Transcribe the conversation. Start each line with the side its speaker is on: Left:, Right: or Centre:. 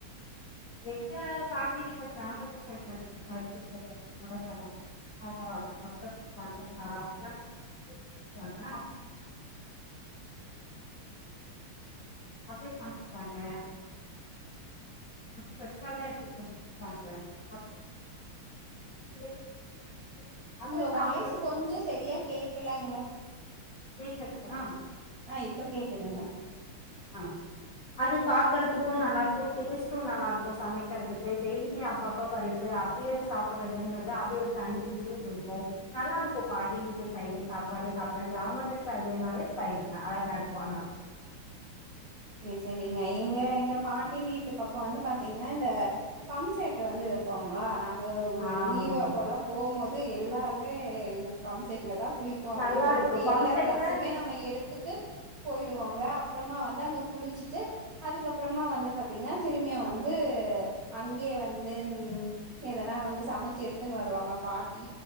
Left: எந்த பாட்டிட்ட கிராமத்து சைட்ல கரு <unintelligible> <unintelligible> <inaudible> வச்சிருப்பாங்க அப்டியே சமைப்பாங்க கர்ஷாலே ஏத்துக்வே ஆமா எடுத்துட்டு அத
Right: உங்க
Left: சாப்புட்றதுக்கு
Right: வாய்சு கொஞ்சோ சரியா கேக்கலங்க
Left: கேக்குதுங்கள
Right: ஆ இப்ப கேக்குதுங்க
Left: ஆ அது பாக்கறதுக்கு நல்லாருக்கு டேஸ்ட்டு நல்லாருக்கு சமக்கறதுக்கு டெய்லியு அப்ப அப்ப பறிச்சு அப் அப்பயே சாப்படறதுங்கறது அது ஒரு தனி ருசிய குடுக்கும் நல்லாருக்கு பாட்டி வீட்டு சைடு சாப்பாடு சாப்பட கிராமத்து சைடுலனாலே சைடுதா அழகா இருக்கு ஆனா
Right: சேரிங்க எங்க எங்க பாட்டி வீட்டு பக்கோ வந்து பாத்தீங்ன்னா இந்த பம்செட்டு வந்து இருக்குங்ளா நாங்க உ
Left: ஆமாங்க
Right: லீவ் அப்போல்லா போம் போது எல்லாருமே பம்செட்லதா குளிப் போ அப்டின்
Left: நல்லாருக்கு
Right: சொல்லிட்டு
Left: பம்செட்ல
Right: எல்லா டிரெஸுமே நம்ம எடுத்துட்டு போயிடுவோங்க அப்புறமா வந்து அங்க குளிச்சுட்டு அதுக்கப்பறமா வந்து பத்தீங்கன்னா திரும்மியு வந்து அங்யே வந்து ம் எதனா வந்து சமச்சு எடுத்துன்னு வருவாங்க பாட்டி